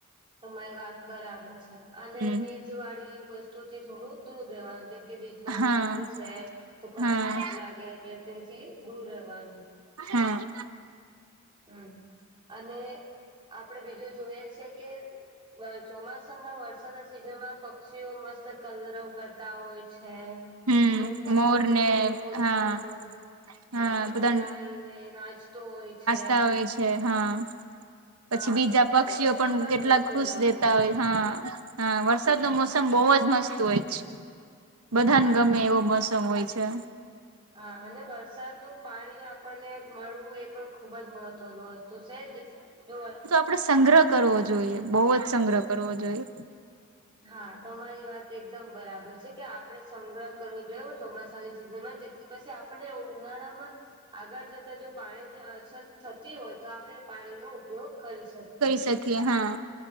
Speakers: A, on the right; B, on the right.
A: તમારી વાત બરાબર છે અને
B: હમ
A: બીજ વાળી વસ્તુઓ થી થોડું દૂર રહેવાનું જે કે વીજ ના
B: હા
A: સ્તંભ છે તો કરંટ
B: હા
A: ના લાગે એટલે તેથી દૂર રહેવાનું.
B: હમ્મ
A: હમ્મ અને આપડે બીજું જોયએ છે કે ચોમાસામાં વરસાદના સિઝનમાં પક્ષીઓ મસ્ત કલરવ કરતા હોય છે.
B: હમ
A: જેમ કે મોર
B: ને
A: છે પોતાનો
B: હા હા
A: પંખ
B: બધા
A: ફેલાય નને નાસ્તો હોય છે.
B: તા હોય છે હા. પછી
A: હા
B: બીજા
A: તે
B: પક્ષીઓ
A: ખુબ જ
B: પણ
A: સુંદર
B: કેટલા
A: દ્રશ્ય
B: ખુશ
A: લાગતું
B: રહેેતા હોય
A: છે
B: હા. હા વરસાદ નો મોસમ બહુ જ મસ્ત હોય. છે બધાને
A: હા
B: ગમે એવો મોસમ હોય છે.
A: હા અને વરસાદનું પાણી આપણને મળવું એ પણ ખુબ જ મહત્વનું હો છે. તો સહેજ જો
B: આપડે સંગ્રહ કરવો જોઈએ બહુ જ સંગ્રહ કરવો જોઈએ.
A: હા તો અમારી વાત એકદમ બરાબર છે કે આપડણે સંગ્રહ કરવો જો ચોમાસાની સિઝનમાં જે પછી આપણે ઉનાળા માં આગળ જતા જો પાણીની અછત થતી હોય તો આપણેે એ પાણીનો ઉપયોગ કરી શકીએ.
B: કરી શકીએ હા.